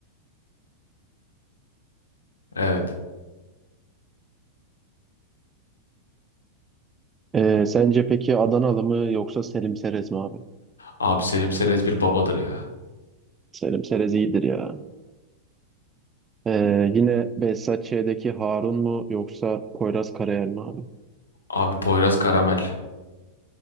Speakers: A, on the left (about 80°); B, on the right (about 20°).
A: Evet.
B: e, sence peki Adanalı mı yoksa Selim Serez mi abi?
A: Abi Selim Serez bir babadır ya.
B: Selim Serez iyidir ya. Ee, yine Behzat Ç'deki Harun mu yoksa Poyraz Karayel mi abi?
A: Abi Poyraz Karamel.